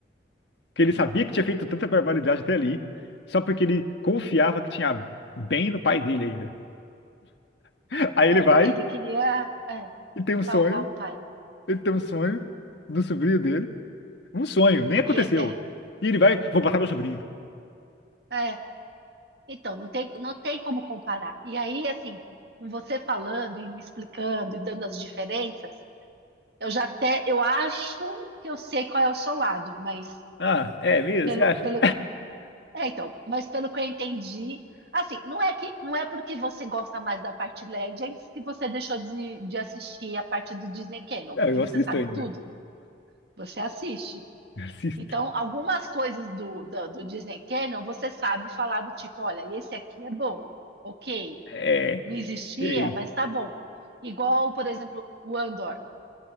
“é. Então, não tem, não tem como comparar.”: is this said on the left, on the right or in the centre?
Right